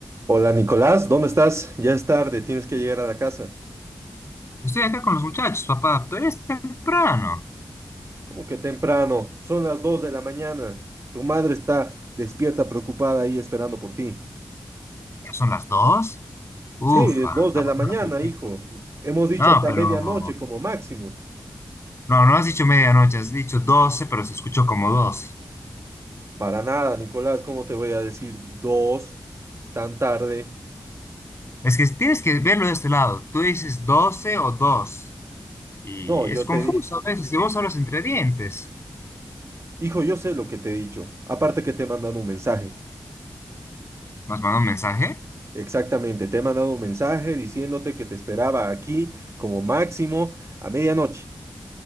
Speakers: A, on the right (about 35°); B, on the left (about 35°).
A: Hola Nicolás, ¿dónde estás? Ya es tarde, tienes que llegar a la casa.
B: Estoy acá con los muchachos, papá. Todavía es temprano.
A: ¿Cómo que temprano? Son las 2 de la mañana. Tu madre está despierta, preocupada ahí esperando por ti.
B: Ya son las dos. Ufa.
A: Sí, es 2
B: la
A: de la
B: pasada
A: mañana,
B: perfecta.
A: hijo. Hemos dicho
B: No,
A: hasta
B: pero.
A: medianoche como máximo.
B: No, no has dicho medianoche, has dicho doce, pero se escuchó como dos.
A: Para nada, Nicolás, ¿cómo te voy a decir 2 tan tarde?
B: Es que tienes que verlo de este lado. Tú dices doce o dos. Y
A: No, yo
B: es confuso
A: te di...
B: a veces. Si vos hablas entre dientes.
A: Hijo, yo sé lo que te he dicho. Aparte que te he mandado un mensaje.
B: ¿Me has mandado un mensaje?
A: Exactamente, te he mandado un mensaje diciéndote que te esperaba aquí como máximo a medianoche.